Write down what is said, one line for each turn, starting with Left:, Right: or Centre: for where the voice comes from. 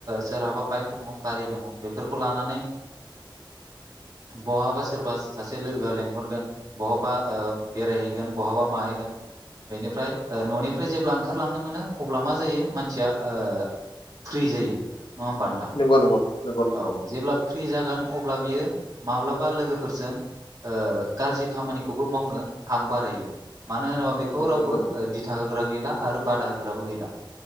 Right: सोरहाबा बाइक दङ गारि दङ बेफोरखौ लानानै बहाबा सोरबा सासे लोगोआ लेंंहरगोन बहाबा बेरायहैगोन बहाबा माहैगोन बेनिफ्राय न'निफ्राय जेब्ला ओंखारलांनो मोनो अब्ला मा जायो मानसिया ओ फ्रि जायो नङा होमबा नोंथां
Left: नंगौ नंगौ नंगौ नंगौ
Right: औ जेब्ला फ्रि जागोन अब्ला बियो माब्लाबा लोगोफोरजों ओ गाज्रि खामानिखौबो मावनो आवगायो बारायो मानो होनोब्ला बेखौ रावबो
Left: नंगौ नंगौ
Right: दिथा होग्रा गैला आरो बादा होग्राबो गैला